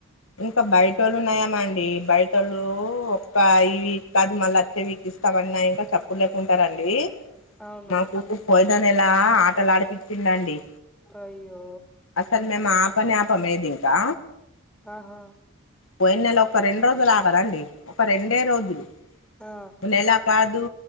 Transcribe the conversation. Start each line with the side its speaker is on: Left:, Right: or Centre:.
Left: ఇంకా బయట వాళ్ళు నయం అండి బయట వోళ్ళు ఒక ఇ కాదు మళ్ళ వీకి ఇస్తామన్నా ఇంకా చెప్పు లేకుంటారంండి
Centre: అవును
Left: మాకు <unintelligible> పోయిన నెల ఆటలు ఆడిపించిందండి
Centre: అయ్యో
Left: అసలు మేము అపనే ఆపము ఏది ఇంకా
Centre: ఆహా
Left: పోయి నెల ఒక రెండు రోజులు ఆగరండి ఒక రెండే రోజులు
Centre: ఆ
Left: నెల కాదు